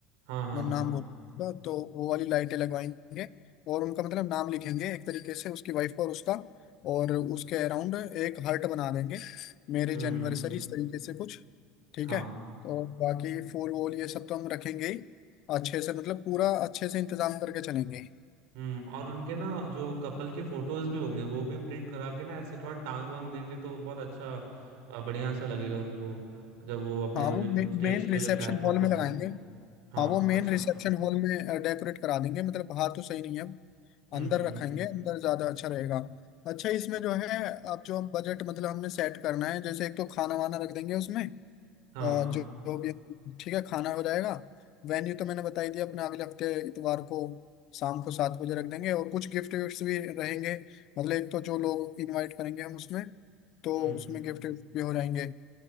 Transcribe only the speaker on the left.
मैं नाम
बोलूंगा तो वो वाली लाइटें लगवाएंगे और उनका मतलब नाम लिखेंगे एक तरीके से उसकी वाइफ का और उसका और उसके अराउंड एक हर्ट बना देंगे मैरिज
एनिवर्सरी इस तरीके से कुछ ठीक
है और बाकी
फूल वूल ये सब तो हम रखेंगे ही अच्छे से मतलब पूरा अच्छे से इंतजाम करके चलेंगे
हाँ वो
मेन
रिसेप्शन
हॉल
में
लगाएंगे
हाँ वो मेन
रिसेप्शन हॉल में डेकोरेट करा देंगे मतलब बाहर तो सही नहीं है
अंदर
रखेंगे
अंदर ज्यादा अच्छा रहेगा अच्छा इसमें जो है अब जो बजट मतलब हमने सेट करना है जैसे एक तो खाना वाना रख देंगे उसमें अ,
जो जो भी ठीक है खाना हो जाएगा वेन्यू तो मैंने बताई दिया अपने अगले हफ्ते इतवार को शाम को सात बजे रख देंगे और कुछ गिफ्ट विफ्ट भी रहेंगे मतलब एक तो जो लोग इनवाइट करेंगे हम उसमें तो
उसमें
गिफ्ट भी हो जाएंगे